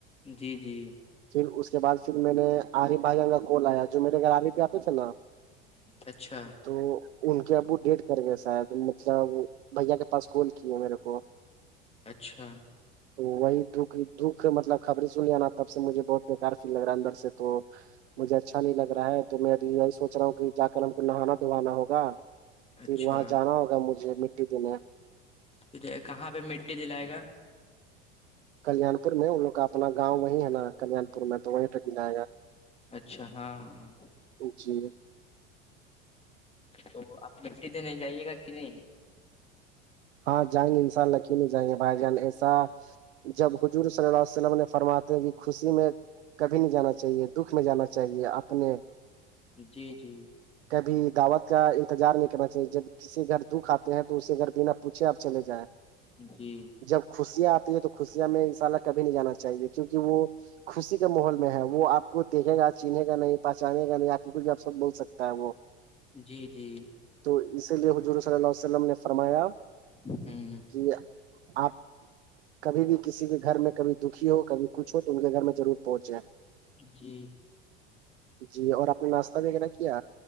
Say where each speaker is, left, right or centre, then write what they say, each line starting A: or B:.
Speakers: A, on the left; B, on the right.
A: جی جی
B: پھر اس کے بعد پھر میں نے آرف بھائی جانکا کال آیا جو میرے گھر آر پہ آتے تھے نا
A: اچھا
B: تو ان کے ابو ڈیٹ کر گئے شاید مطلب بھیا کے پاس کول کی ہے میرے کو
A: اچھا
B: تو وہی دکھ دکھ مطلب خبریں سن ل آا تب سے مجھے بہت بےکار فیل لگ رہا ہے اندر سے تو مجھے اچھا نہیں لگ رہاا تو میں کچراوں کی جا کر ہم کو نہانا دھوانا ہوگا
A: اچھا
B: پھر وہاں جانا ہوگا مجھے مٹی دینے
A: تو کہاں پہ مٹی دلائے گا
B: کلان پور میں ان لوگ کا اپنا گاؤں وہی ہے نا کلان پور میں تو وہیں پہ کلا
A: اچھا ہاں ہاں
B: جی <inaudible>
A: تو آپ مٹی دن جائیے گا کہ نہیں
B: ہاں جائیں گے ان شاء اللہ کیونک نی جائیں گے بھائی جان ایسا جب حضور صلی اللہ عیہ وسلم نے فرماتے ہو کی خوشی میں کبھی نہیں جانا چاہیے دکھ میں جانا چاہیے اپنے
A: جی جی
B: کبھی دعوت کا انتظار نہیں کرنا چاہیے جب کسی گھر دکھ آتے ہیں تو اسی گھر بنا پوچے آپ چلے جائیں
A: جی
B: جب خوشیاں آتی ہے تو خوشیاں میں ان شاء اللہ کبھی نہیں جانا چاہیے کیونکہ وہ خوشی کے ماحول میں ہے وہ آپ کو دیکھے گا چینے کا نہیں پہچانے کا نہیں آپ کے کچھ بھی آپ سب بول سکتا ہے وہ
A: جی جی
B: تو اسی لیے حضور صلی اللہ ع وسلم نے فرمایا
A: <unintelligible>
B: جی آپ کبھی بھی کسی کے گھر میں کبھی دکھی ہو کبھی کچھ ہو تو ان کے گھر میں ضرور پہنچے
A: جی
B: جی اور آپ نے ناشتہ وغیرہ کیا